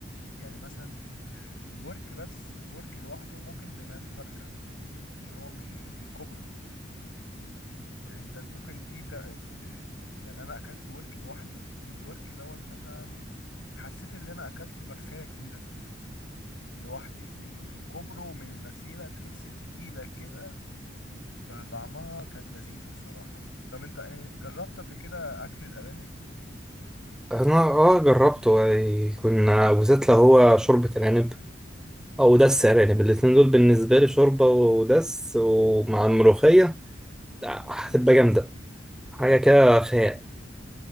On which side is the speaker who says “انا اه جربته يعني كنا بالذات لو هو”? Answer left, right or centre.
Centre